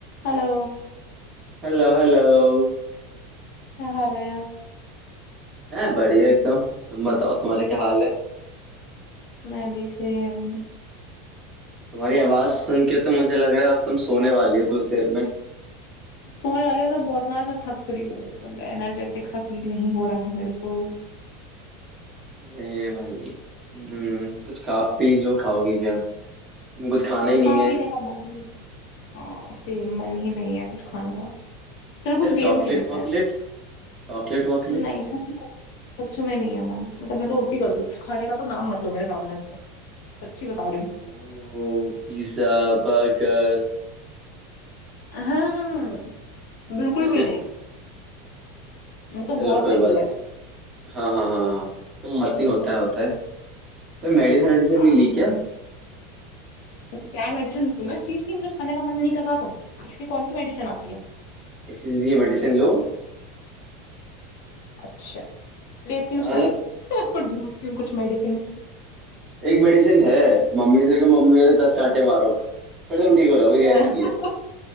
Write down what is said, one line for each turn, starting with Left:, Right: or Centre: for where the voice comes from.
Left: Hello
Right: Hello hello
Left: क्या हाल है
Right: मैं बढ़िया एकदम तुम बताओ तुम्हारे क्या हाल है
Left: मैं अभी से अम,
Right: तुम्हारी आवाज सुन के तो मुझे लग रहा है बस तुम सोने वाली हो कुछ देर में
Left: सोने वाली हूँ, मतलब बहुत ना ऐसा थक रही हूँ मतलब एनर्जेटिक सा फील नहीं हो रहा है मेरे को
Right: अरे भाई हम्म कुछ खा पी लो खाओगी क्या कुछ खाना ही
Left: खा
Right: नहीं है
Left: पीने का मन ही- हाँ से मन ही नहीं है कुछ खाने का चलो कुछ
Right: बेटा
Left: गेम
Right: चॉकलेट
Left: खेलते
Right: वॉकलेट
Left: हैं
Right: चॉकलेट वॉकलेट
Left: नहीं सच में सच में नहीं है मन मतलब मैं तो उल्टी कर दूँ खाने का तो नाम मत लो मेरे सामने बस सच्ची बता रही हूँ
Right: ओ पिज्जा बर्गर
Left: हाँ बिल्कुल
Right: <laughs>
Left: भी नहीं वो तो
Right: चलो
Left: बहुत
Right: कोई
Left: हैवी
Right: बात
Left: है
Right: नहीं हाँ हाँ हाँ हाँ। कोई बात नहीं होता है होता है तो मेडिसिन वेडिसिन
Left: हाँ
Right: नहीं ली क्या
Left: क्या मेडिसिन लूँ मैं इस चीज की मुझे खाने का मन नहीं कर रहा तो इसकी कौन सी मेडिसिन आती है
Right: इसीलिए मेडिसिन लो
Left: अच्छा लेती हूँ
Right: हाँ,
Left: सर
Right: मतलब
Left: <laughs> आपको ढूंढती हूँ कुछ मेडिसिन इसकी
Right: एक मेडिसिन है मम्मी से कहो मम्मी मेरे दस चांटे मारो फिर तुम ठीक हो जाओगे
Left: <laughs> नहीं
Right: गारंटी है